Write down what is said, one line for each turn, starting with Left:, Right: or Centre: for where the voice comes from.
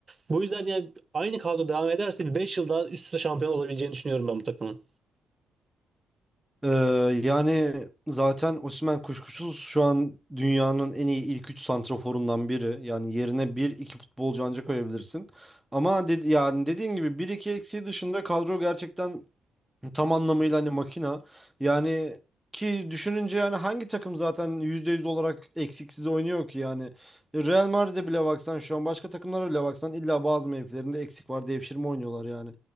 Right: Bu yüzden yani aynı kadro devam ederse bir 5 yıl daha üst üste şampiyon olabileceğini düşünüyorum ben bu takımın.
Centre: Ee, yani zaten Osimhen kuşkusuz şu an dünyanın en iyi ilk 3 santraforundan biri. Yani yerine bir iki futbolcu ancak koyabilirsin. Ama dedi, yani dediğin gibi bir iki eksiği dışında kadro gerçekten Tam anlamıyla hani makina. Yani ki düşününce yani hangi takım zaten %100 olarak eksiksiz oynuyor ki yani. Real Madrid'e bile baksan şu an başka takımlara bile baksan illa bazı mevkilerinde eksik var devşirme oynuyorlar yani.